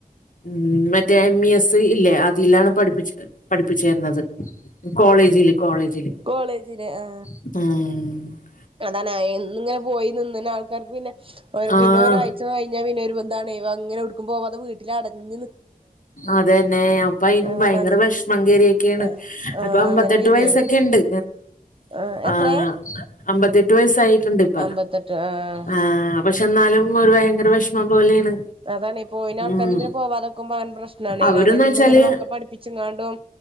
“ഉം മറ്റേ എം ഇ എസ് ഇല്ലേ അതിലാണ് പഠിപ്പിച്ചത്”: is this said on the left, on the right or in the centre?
Left